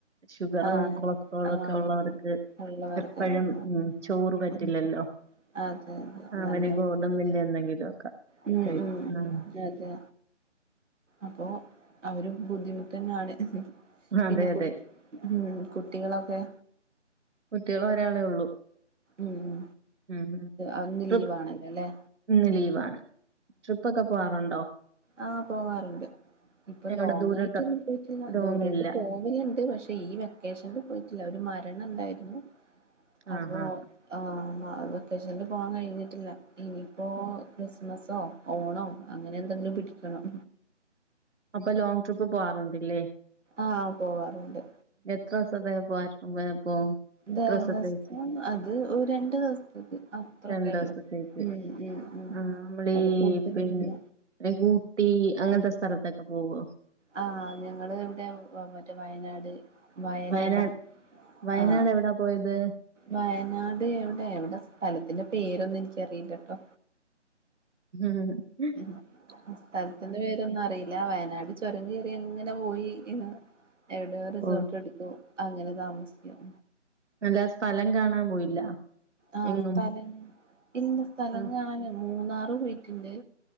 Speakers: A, on the right; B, on the right.
A: ഷുഗറും
B: ആഹ്
A: കൊളസ്ട്രോള
B: ആഹ്
A: ഒക്കെ ഉള്ളവർക്ക്
B: ഉള്ള വെറക്
A: എപ്പോഴും
B: ആഹ്
A: ഉ ചോറ് പറ്റില്ലല്ലോ
B: ഉം അതെ അതെ
A: അവന്
B: നല്ല
A: ഗോതമ്പിന്റെ
B: ബുദ്ധിമുട്ട
A: എന്തെങ്കിലുമൊക്കെ
B: ഉം
A: കഴിക്കും
B: ഉം
A: ആഹ്
B: അതെ അപ്പോ അവര് ബുദ്ധിമുട്ട്ന്നെയാണ്
A: അതെ
B: പിന്നെ
A: അതെ
B: ഉം കുട്ടികളൊക്കെ
A: കുട്ടികള് ഒരാളെ ഉള്ളൂ
B: ഉം
A: ഉം ഉം
B: അതും
A: ട്രിപ്പ്
B: ലീവ് ആണല്ലോ അല്ലേ
A: ഇന്ന് ലീവാണ് ട്രിപ്പൊക്കെ പോകറുണ്ടോ
B: ആ പോകാറുണ്ട് ഇപ്പൊ
A: എവിടെ
B: ലോങ്
A: ദൂരോട്ട്
B: ആയിട്ടൊന്നും പോയിട്ടില്ല
A: ലോങ്ങില്ല
B: ദൂരൊക്ക പോകും ഇണ്ട് പക്ഷെ ഈ വെക്കേഷനിൽ പോയിട്ടില്ല ഒരു മരണം ഉണ്ടായിരുന്നു അപ്പോ
A: ആഹ് ആഹ്
B: ആ വെക്കേഷനിൽ പോവാൻ കഴിഞ്ഞിട്ടില്ല ഇനിയിപ്പോ
A: ഉം
B: ക്രിസ്മസോ ഓണോ അങ്ങനെ എന്തെങ്കിലും പിടിക്കണം
A: അപ്പൊ ലോങ് ട്രിപ്പ് പോവാറുണ്ട് ല്ലേ
B: ആഹ് പോവാറുണ്ട്
A: എത്ര ദിവസതിന് പോ <unintelligible> പോവും
B: ദവസം
A: എത്ര ദിവസത്തേക്ക്
B: അത് ഒരു രണ്ടു ദിവസത്തേക്ക് അത്രക്കെ
A: രണ്ട് ദിവസത്തേക്ക്
B: ഉള്ളു ഉം ഉം ഉ
A: ആഹ് നമ്മളീ
B: അതില് കൂടുതലന്നുല്ല
A: പിന്നെ ഊട്ടി അങ്ങനത്തെ സ്ഥലത്തൊക്കെ പോവോ
B: ആഹ് ഞങ്ങള് ഇവിടെ മറ്റേ വയനാട് വയലട
A: വയനാട് വയനാട്
B: ആഹ്
A: എവിടാ പോയത്
B: വയനാട് എവിടെ എവിടെ സ്ഥലത്തിന്റെ പേരൊന്നും എനിക്കറിയില്ലട്ടോ
A: ഉം ഉം
B: ഉം സ്ഥലത്തിന്റെ പേര് എവിടന്നും അറിയില്ല വയനാട് ചുരം കയറി അങ്ങനെ പോയി എവിടെയോ റിസോർട്ട്
A: ഓ
B: എടു അ അങ്ങനെ താമസിക്കാം
A: നല്ല സ്ഥലം കാണാൻ പോയില്ല
B: ആഹ്
A: എങ്ങും
B: സ്ഥലം ഇന്ന സ്ഥലം
A: ആ
B: കാണാന് മൂന്നാറ് പോയിട്ടുണ്ട്